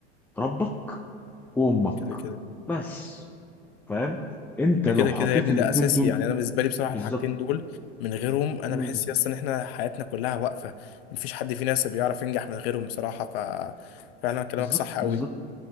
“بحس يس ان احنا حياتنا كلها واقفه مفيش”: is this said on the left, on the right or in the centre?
Left